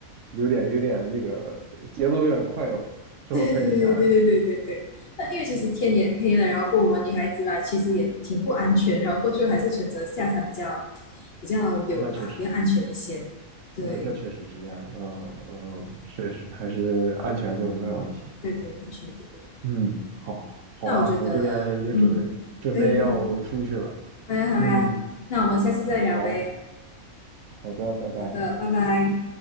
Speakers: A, on the right; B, on the left.
A: 有点有点那个节奏有点快哟，
B: <laughs>
A: 这么快就下来了
B: 对对对对对对对对。那因为其实天也黑了，然后过我们女孩子嘛，其实也挺不安全，然后过去还是选择下山比较比较有啊，
A: 那确实，
B: 比较安全一些。对
A: 那那确实是这样的，嗯嗯，确实还是安全更重要一些。
B: 对对，安全第一。
A: 嗯，好，好呀，
B: 那我觉得，
A: 我这边也准备准备要出去了。
B: 嗯，可以可以，好呀好呀，
A: 嗯，
B: 那我们下次再聊呗。
A: 好，好的，拜拜。
B: 好的，拜拜。